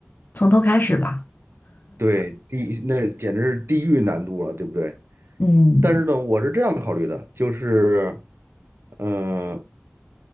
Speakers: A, on the left; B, on the right.
A: 从头开始吧。
B: 对，地，那简直是地狱难度了，对不对？
A: 嗯，
B: 但是呢，我是这样考虑的，就是，嗯、